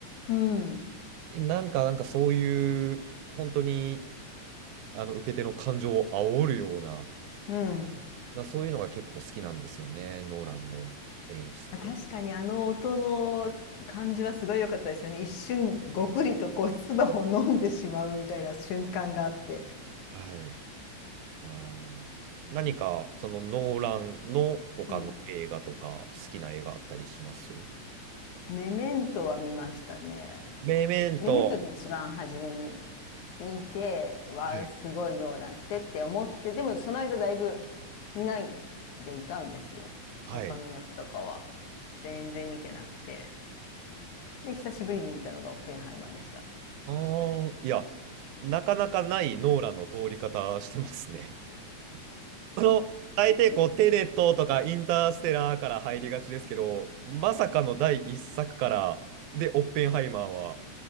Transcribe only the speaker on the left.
うん。
うん。
あ確かにあの音の感じはすごい良かったですよね。一瞬ごくりとこう唾を飲んでしまうみたいな瞬間があって。
うん。
メメントは見ましたね。
メメントで一番初めに見て、わあ、
すごいノーランってって思って、でもその間だいぶ見ないでいたんですよ。
他のやつとかは。全然見てなくて。で、久しぶりに見たのがオッペンハイマーでした。